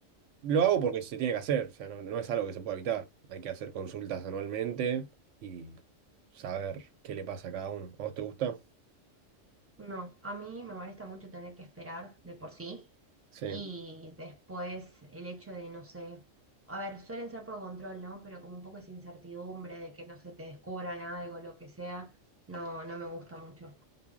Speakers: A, on the right (about 70°); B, on the right (about 25°).
A: lo hago porque se tiene que hacer, o sea, no, no es algo que se pueda evitar. Hay que hacer consultas anualmente y saber qué le pasa a cada uno. ¿A vos te gusta?
B: No, a mí me molesta mucho tener que esperar de por sí
A: Sí,
B: y después el hecho de, no sé, a ver, suelen ser por control, ¿no? Pero como un poco esa incertidumbre de que no se te descubran algo, lo que sea, no, no me gusta mucho.